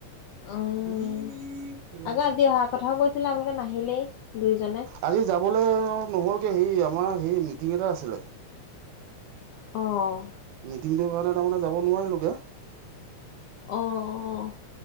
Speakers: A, on the left; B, on the right.
A: উম।
B: ই কেলা।
A: আকৌ আজি অহা কথাও কৈছিলে আপোনালোকে নাহিলেই। দুইজনে।
B: আজি যাবলে নহ'লগে হেৰি আ তোমাৰ হেৰি মিটিং এটা আছিলে।
A: অ'।
B: মিটিংটোৰ কাৰণে তাৰমানে যাব নোৱাৰিলো গে।
A: অ' অ'।